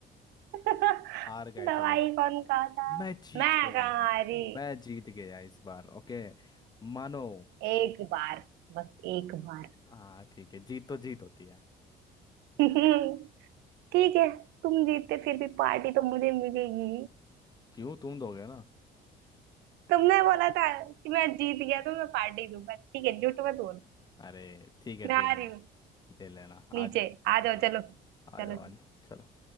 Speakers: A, on the right; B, on the left.
A: <laughs>
B: हार गए
A: दवाई
B: चलो
A: कौन खाता
B: मैं
A: है
B: जीत
A: मैं
B: गया
A: कहा
B: हूँ
A: अरे
B: मैं जीत गया इस बार ओके मानो
A: एक बार बस एक बार
B: हाँ ठीक है जीत तो जीत होती है
A: <laughs> ठीक है तुम जीते फिर भी पार्टी तो मुझे मिलेगी
B: क्यों तुम दोगे ना
A: तुमने बोला था कि मैं जीत गया तो मैं पार्टी दूंगा ठीक है झूठ मत बोलो
B: अरे ठीक है
A: मैं
B: दे लेना
A: आ रही हूँ
B: ले लेना आ
A: नीचे
B: जाओ
A: आ जाओ
B: हाँ
A: चलो
B: आ
A: चलो
B: जाओ आ जाओ चलो